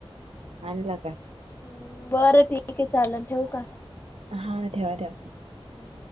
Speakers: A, on the right (about 80°); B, on the left (about 20°).
A: आणला कां.
B: हम् बरं ठीक ये, चाललं ठेवू कां.
A: हा ठेवा ठेवा.
B: हम.